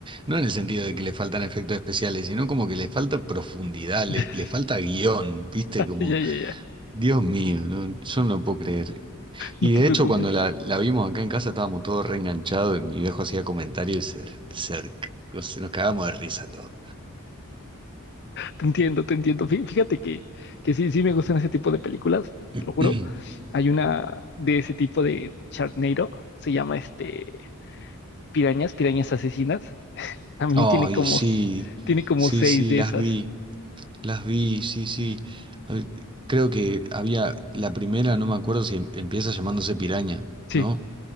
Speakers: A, on the right; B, on the left.
A: no en el sentido de que le faltan efectos especiales, sino como que le falta profundidad, le,
B: <laughs>
A: le falta guión, ¿viste? Como,
B: Ya, ya, ya.
A: Dios mío, no, yo no lo puedo creer. Y
B: No te
A: de
B: preocupes.
A: hecho, cuando la, la vimos acá en casa estábamos todos reenganchados y mi viejo hacía comentarios y se, se- o sea, nos cagamos de risa todos.
B: Te entiendo, te entiendo. Fí- Fíjate que, que sí, sí me gustan ese tipo de películas, te
A: <clears throat>
B: lo juro. Hay una de ese tipo de Sharknado, se llama este Pirañas, Pirañas Asesinas. También
A: Ay,
B: tiene como,
A: sí,
B: s- tiene como
A: sí,
B: seis
A: sí,
B: de
A: las
B: esas.
A: vi. Las vi, sí, sí. A ver, Creo que había la primera, no me acuerdo si em- empieza llamándose piraña,
B: Sí,
A: ¿no?